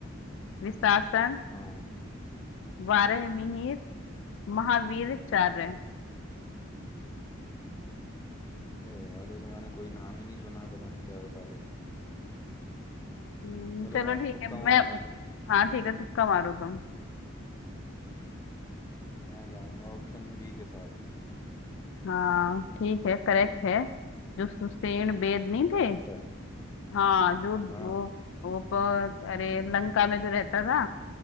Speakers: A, on the left (about 65°); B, on the left (about 15°).
A: विशासन
B: हाँ
A: बारह मिहिर महावीर चार है
B: अरे यार ये तो मैंने कोई नाम ही नहीं सुना है पता नहीं क्या बता रहे हो
A: हम्म,
B: चलो
A: चलो
B: मैं
A: ठीक
B: तुक्का
A: है मैं
B: मारता हूँ
A: हाँ ठीक है तुक्का मारो तुम
B: मैं जाऊंगा ऑप्शन बी के साथ
A: हाँ ठीक है करेक्ट है जो सुषेण बेद नहीं
B: करेक्ट
A: थे
B: है
A: हाँ जो वो
B: हाँ
A: वो प- अरे लंका में जो रहता था